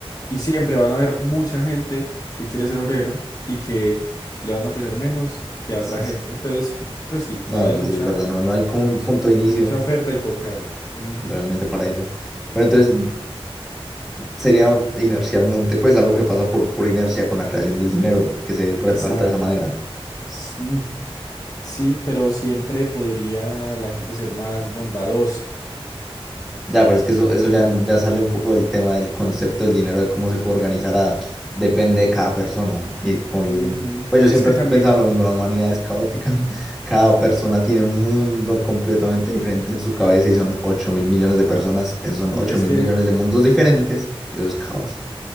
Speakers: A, on the left; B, in the centre.
A: Y siempre van a haber mucha gente que quiere ser obrero y que le van a ofrecer menos que a
B: sí,
A: otra gente.
B: sí.
A: Entonces, pues sí,
B: No,
A: va a haber
B: no,
A: mucha,
B: sí, es verdad, no, no hay como
A: mucha,
B: un punto de inicio
A: mucha oferta y poca demanda. Ujú.
B: realmente para ello. Pero entonces sería inercialmente,
A: Ujú.
B: pues algo que pasa por, por inercia con la creación del dinero, que se reparta
A: Exacto.
B: de esa manera.
A: S- mm, Sí, pero siempre podría la gente ser más bondadosa
B: Ya, pero es que eso, eso
A: por
B: ya,
A: ello.
B: ya sale un poco del tema del concepto del dinero, de cómo se puede organizar, a- depende de cada persona. Y con,
A: Ujú.
B: pues yo
A: Es
B: siempre
A: que también,
B: he pensado lo mismo, la humanidad es caótica, <laughs> cada persona tiene un mundo completamente diferente en su cabeza y son ocho mil millones
A: ajá,
B: de personas, esos son
A: sí,
B: ocho
A: es
B: mil
A: que
B: millones de mundos diferentes, eso es caos.